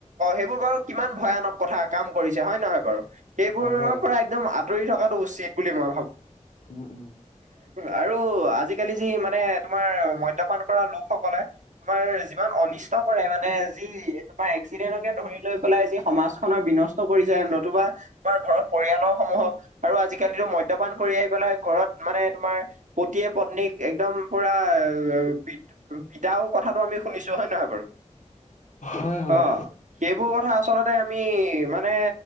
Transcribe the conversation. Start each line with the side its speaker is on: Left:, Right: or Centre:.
Right: অ' সেইবোৰ বাৰু কিমান ভয়ানক কথা কাম কৰিছে হয় নে নহয় বাৰু। সেইবোৰৰ
Left: হয় হয়
Right: পৰা
Left: অ
Right: একদম আঁতৰি থকাটো উচিত বুলি মই ভাবো।
Left: উম, উম।
Right: আৰু আজিকালি যি মানে তোমাৰ মদ্যপান কৰা লোকসকলে তোমাৰ যিমান অনিষ্ট কৰে মানে যি তোমাৰ এক্সিডেণ্টকে ধৰি লৈ পেলাই যি সমাজ বিনষ্ট কৰিছে নতুবা আমাৰ ঘৰৰ পৰিয়ালৰ সমূহক আৰু আজিকালিতো মদ্যপান কৰি আহি পেলাই ঘৰত মানে তোমাৰ পতিয়ে পত্নীক একদম পুৰা প পিতাও কথাটো আমি শুনিছো হয় নে নহয় বাৰু।
Left: হয় হয়
Right: অ'। সেইবোৰ কথা আচলতে আমি মানে